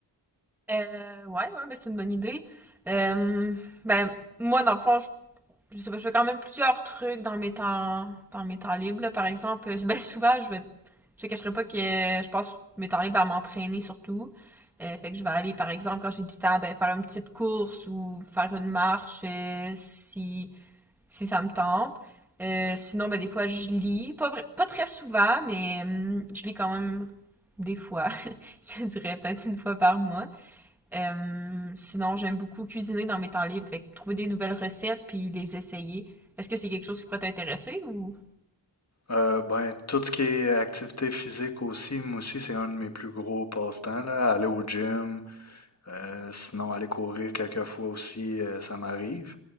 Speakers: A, in the centre; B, on the left.
A: Euh, ouais, ouais, mais c'est une bonne idée. Euh, ben, moi, dans le fond, je, je sais pas, je fais quand même plusieurs trucs dans mes temps, dans mes temps libres, là. Par exemple, euh, <laughs> ben, souvent, je vais, je te cacherai pas que je passe mes temps libres à m'entraîner surtout. Euh, fait que je vais aller, par exemple, quand j'ai du temps, ben, faire une petite course ou faire une marche, euh, si, si ça me tente. Euh, sinon, ben, des fois, je lis. Pas vrai- pas très souvent, mais hum, je lis quand même des fois. <laughs> Je dirais peut-être une fois par mois. Euh, sinon, j'aime beaucoup cuisiner dans mes temps libres, fait que trouver des nouvelles recettes puis les essayer. Est-ce que c'est quelque chose qui pourrait t'intéresser ou
B: Euh, ben, tout ce qui est activité physique aussi, moi aussi, c'est un de mes plus gros passe-temps, là. Aller au gym, euh, sinon aller courir quelques fois aussi, euh, ça m'arrive.